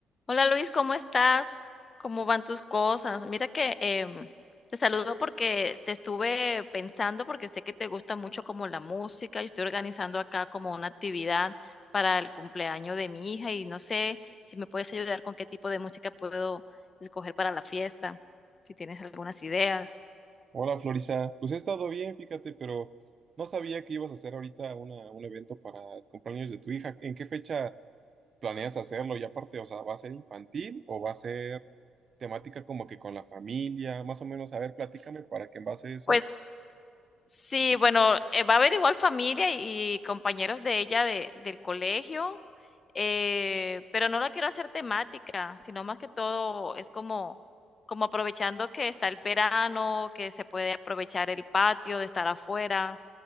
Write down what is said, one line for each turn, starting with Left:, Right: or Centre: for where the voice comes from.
Left: Hola Luis, ¿cómo estás? ¿Cómo van tus cosas? Mira que em, te saludo porque te estuve pensando, porque sé que te gusta mucho como la música y estoy organizando acá como una actividad para el cumpleaños de mi hija y no sé si me puedes ayudar con qué tipo de música puedo escoger para la fiesta, si tienes algunas ideas.
Right: Hola Florisa, pues he estado bien, fíjate, pero no sabía que ibas a hacer ahorita una, un evento para el cumpleaños de tu hija. ¿En qué fecha planeas hacerlo? Y aparte, o sea, ¿va a ser infantil o va a ser temática como que con la familia? Más o menos, a ver, platícame para que en base a eso.
Left: Pues Sí, bueno, eh, va a haber igual familia y, y compañeros de ella de, del colegio, eh, pero no la quiero hacer temática, sino más que todo es como, como aprovechando que está el verano, que se puede aprovechar el patio de estar afuera,